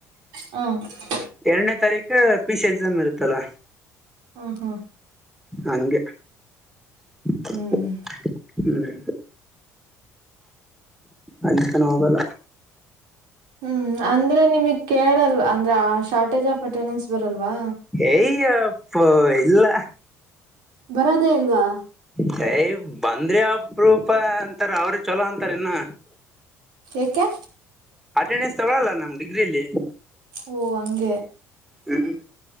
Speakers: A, on the right (about 60°); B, in the centre.
A: ಹ.
B: ಎರಡನೇ ತಾರೀಕ ಪಿ ಸಿ ಎಕ್ಸಾಮ್ ಇರುತ್ತಲ್ಲಾ.
A: ಹ ಹ.
B: ಹಂಗೆ. <unintelligible>
A: ಹ್ಮ್
B: ಹ್ಮ್ ಅಲ್ಲಿತನ ಹೋಗಲ್ಲ.
A: ಹ್ಮ್ ಅಂದ್ರೆ ನಿಮಗ್ ಕೇಳಲ್ವಾ ಅಂದ್ರೆ ಆ ಶಾರ್ಟೇಜ್ ಆಫ್ ಅಟೆಂಡೆನ್ಸ್ ಬರಲ್ವಾ.
B: ಏಯ್ಯಪ್ಪ ಇಲ್ಲ.
A: ಬರದೇ ಇಲ್ವಾ.
B: ದಯೆ ಬಂದ್ರೆ ಅಪ್ರೂಪ ಅಂತಾರ ಅವ್ರ ಚೊಲೋ ಅಂತಾರಿನ್ನ.
A: ಏಕೆ.
B: ಅಟೆಂಡೆನ್ಸ್ ತಗೊಳಲ್ಲ ನಮ್ ಡಿಗ್ರಿಲ್ಲಿ.
A: ಓ ಹಂಗೆ.
B: ಹ್ಮ್.